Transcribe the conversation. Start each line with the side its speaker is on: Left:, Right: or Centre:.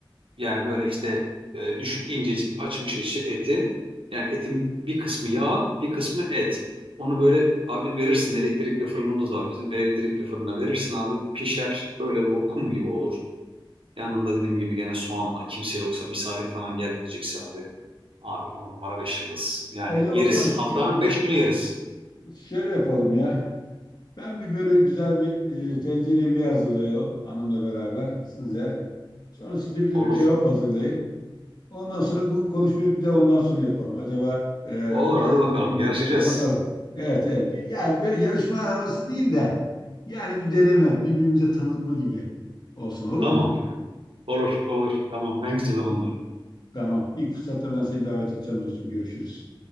Right: Yani böyle işte e, düşün incecik açmış eşi eti. Yani etin bir kısmı yağ, bir kısmı et. Onu böyle abi verirsin elektrikli fırınımız var bizim. Elektrikli fırına verirsin abi pişer böyle lokum gibi olur. Yanında dediğim gibi gene soğanla kimse yoksa misafir falan gelmeyecekse abi. Abi on numara beş yıldız. Yani
Left: Hocam
Right: yeriz.
Left: o zaman şu-
Right: Haftanın beş günü yeriz.
Left: şöyle yapalım ya. Ben bir böyle güzel bir e, tencere yemeği hazırlayalım hanımla beraber size. Sonra siz de bize
Right: Olur.
Left: bir kebap hazırlayın. Ondan sonra bu konuşmayı bir de ondan sonra yapalım. Acaba e,
Right: Olur
Left: sizinki
Right: hadi bakalım
Left: mi?
Right: yarışacağız.
Left: Ha, bakalım. Evet evet. Bir, yani böyle yarışma havası değil de yani bir deneme, birbirimize tanıtma gibi olsun olur
Right: Tamam.
Left: mu?
Right: Olur olur. Tamam en kısa zamanda.
Left: Tamam. İlk fırsatta ben seni davet edeceğim dostum. Görüşürüz.